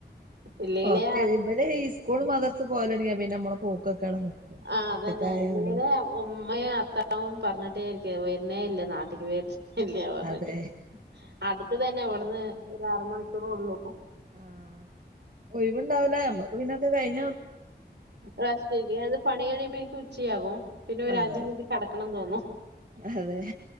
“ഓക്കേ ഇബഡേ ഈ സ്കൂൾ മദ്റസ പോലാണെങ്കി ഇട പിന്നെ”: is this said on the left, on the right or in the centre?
Right